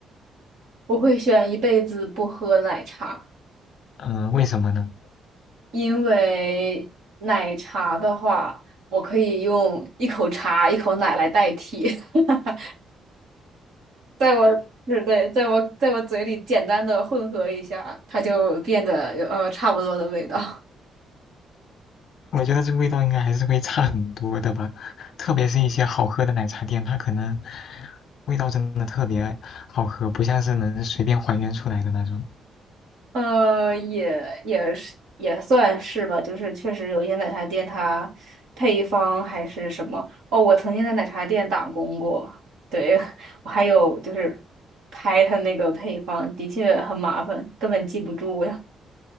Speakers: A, on the right (about 70°); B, on the left (about 60°).
A: 我会选一辈子不喝奶茶，
B: 嗯、为什么呢？
A: 因为奶茶的话，我可以用一口茶、一口奶来代替，<laughs> 在我，对对，在我在我嘴里简单的混合一下，它就变得有呃差不多的味道。
B: 我觉得这味道应该还是会差很多的吧，特别是一些好喝的奶茶店，它可能味道真的特别好喝，不像是能随便还原出来的那种。
A: 呃，也也是也算是吧，就是确实有一些奶茶店它配方还是什么，哦，我曾经在奶茶店打工过，对，<laughs> 我还有就是拍它那个配方，的确很麻烦，根本记不住呀。